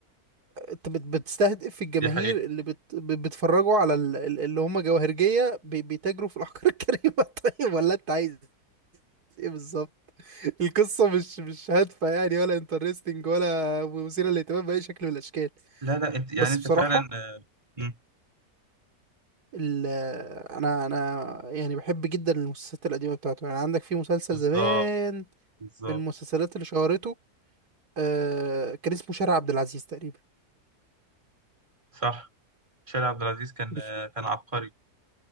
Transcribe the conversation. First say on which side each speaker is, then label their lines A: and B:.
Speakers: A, on the right; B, on the right.
A: انت بت- بتستهدف الجماهير
B: دي حقيقة
A: اللي بت... بت- بيتفرجوا على ال- ال- اللي هم جواهرجية بي... بيتاجروا في الأحجار الكريمة <laughs> طيب ولا انت عايز ايه بالظبط القصة مش مش هادفة يعني ولا انترستنج ولا مثيرة للاهتمام بأي شكل من الأشكال
B: لا لا انت يعني
A: بس
B: انت
A: بصراحة
B: فعلا آه، مم،
A: ال... انا انا يعني بحب جدا المسلسلات القديمة بتاعته يعني عندك في مسلسل
B: بالظبط
A: زمان
B: بالظبط
A: من المسلسلات اللي شهرته آه... كان اسمه شارع عبد العزيز تقريبا
B: صح شارع عبد العزيز كان
A: مش
B: آه، كان عبقري